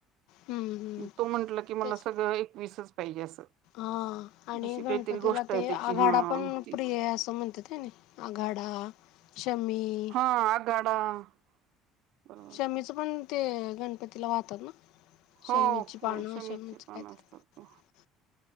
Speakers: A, on the left; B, on the right.
A: हम्म हम्म
B: तो म्हटलं की मला
A: तेच
B: सगळं एकवीसच पाहिजे असं-
A: हा आणि
B: अशी
A: गणपतीला
B: काहीतरी गोष्ट आहे
A: ते
B: त्याची
A: आघाडा
B: हा
A: पण
B: ती
A: प्रिय आहे असं म्हणतेत हे नाही. आघाडा, शमी-
B: हा, आगाडा- ह <inaudible>
A: शमीच पण ते गणपतीला वाहतात ना? शमीची
B: हो
A: पाणं,
B: शमीची
A: शमीच
B: पानं
A: कात
B: असतात
A: <unintelligible>
B: ते